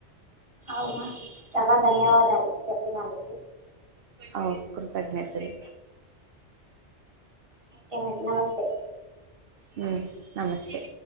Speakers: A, on the right (about 25°); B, on the right (about 60°).
A: అవునా చాలా ధన్యవాదాలు చెప్పినందుకు
B: అఓ కృతజ్ఞతలు
A: ఐతే మరి నమస్ స్తే
B: మ్మ్ నమస్తే